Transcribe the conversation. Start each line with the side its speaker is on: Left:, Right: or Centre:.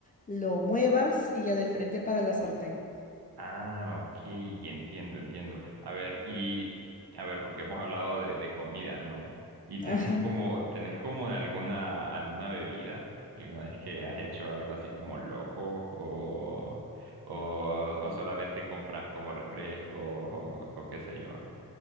Left: lo muevas y ya de frente para la sartén.
Right: Ah, ok, entiendo, entiendo. A ver, y a ver, porque hemos hablado de, de comida, ¿no? Y tenés
Left: Ajá.
Right: como, tenés como alguna, alguna bebida, alguna vez que has hecho algo así como loco o, o, o solamente compras como refrescos o, o qué sé yo.